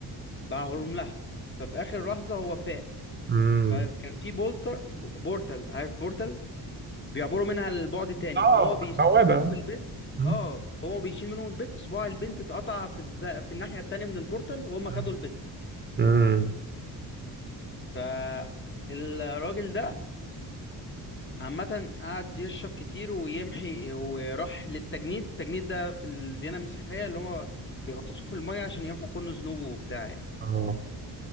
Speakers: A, on the left (about 30°); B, on the right (about 25°).
A: باعهم لها ففي آخر لحظة هو فاق
B: مم.
A: فكان في بولتر بورتال عارف بورتال بيعبروا منها البعد تاني
B: آه،
A: فهو بيشيل
B: بوابة
A: منهم البنت
B: مم،
A: اه فهو بيشيل منهم البنت صباع البنت اتقطع في الز... في الناحية التانية من البورتال وهم
B: مم،
A: خدوا البنت
B: مم،
A: فالراجل ده عامة قعد يشرب كتير ويمحي وراح للتجنيد التجنيد ده في الديانة المسيحية اللي هو بيغطسوه في المية عشان يمحوا كل ذنوبه وبتاع يعني
B: اه